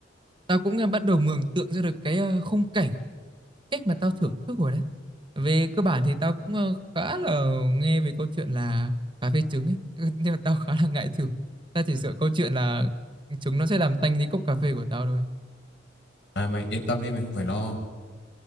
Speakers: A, on the right; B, on the left.
A: tao cũng ờ, bắt đầu mường tượng ra được cái ờ, khung cảnh cách mà tao thưởng thức rồi đấy về cơ bản thì tao cũng ờ, khá là nghe về câu chuyện là cà phê trứng ấy <laughs> nhưng mà tao khá là ngại thử tao chỉ sợ câu chuyện là trứng nó sẽ làm tanh đi cốc cà phê của tao thôi
B: à, mày yên tâm đi mày không phải lo